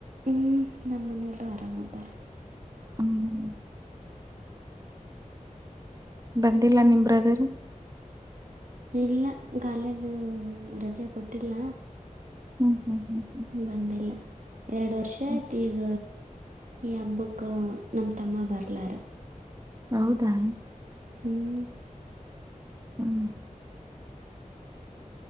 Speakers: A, on the right; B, on the right.
A: ಹ್ಞೂ ನಮ್ಮ ಮನೆಯಲ್ಲು ಆರಾಮ ಅದಾರ್.
B: ಹ್ಮ್ ಬಂದಿಲ್ಲ ನಿಮ್ ಬ್ರದರ್?
A: ಇಲ್ಲ ಕಾಲೇಜು ರಜೆ ಕೊಟ್ಟಿಲ್ಲ.
B: ಹ್ಮ್ ಹ್ಮ್ ಹ್ಮ್ ಹ್ಮ್
A: ಬಂದಿಲ್ಲ ಎರಡು ವರ್ಷ
B: ಹ್ಮ್
A: ಆಯ್ತ್ ಈಗ ಈ ಹಬ್ಬಕ್ಕ ನಮ್ಮ ತಮ್ಮ ಬರ್ತ ಲಾರ.
B: ಹೌದಾ
A: ಹ್ಮ್
B: ಹ್ಮ್